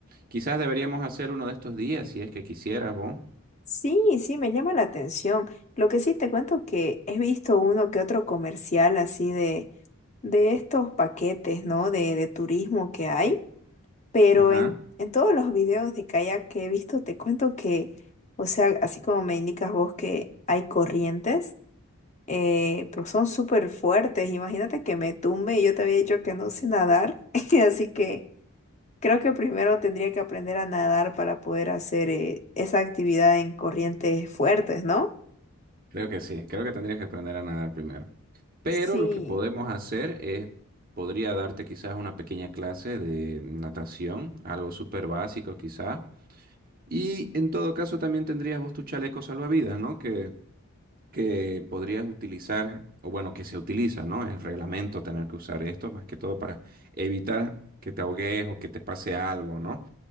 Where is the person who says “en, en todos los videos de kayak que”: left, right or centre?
Left